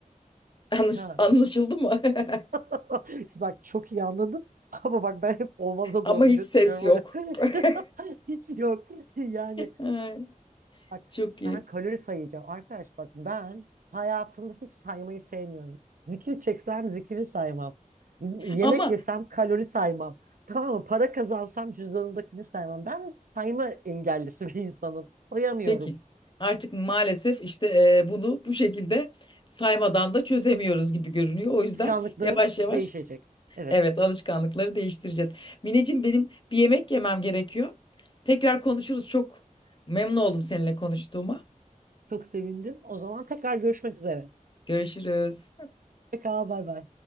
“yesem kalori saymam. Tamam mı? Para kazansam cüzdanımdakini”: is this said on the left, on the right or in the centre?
Right